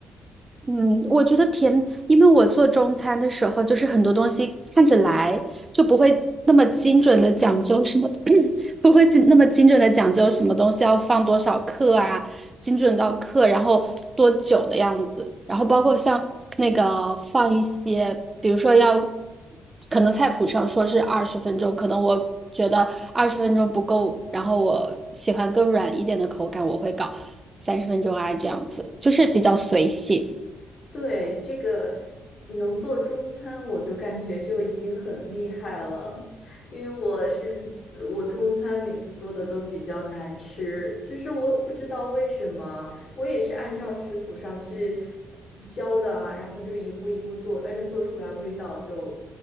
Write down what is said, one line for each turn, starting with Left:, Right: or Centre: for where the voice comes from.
Right: 嗯，我觉得甜，因为我做中餐的时候，就是很多东西看着来就不会那么精准的讲究什么，<clears throat> 不会精那么精准的讲究什么东西要放多少克啊，精准到克，然后多久的样子，然后包括像那个放一些，比如说要，可能菜谱上说是二十分钟，可能我觉得二十分钟不够，然后我喜欢更软一点的口感，我会搞三十分钟啊，这样子，就是比较随性。
Left: 对，这个能做中餐，我就感觉就已经很厉害了，<laughs> 因为我是呃我中餐每次做的都比较难吃，就是我不知道为什么，我也是按照食谱上去呃教的啊，然后就是一步一步做，但是做出来味道就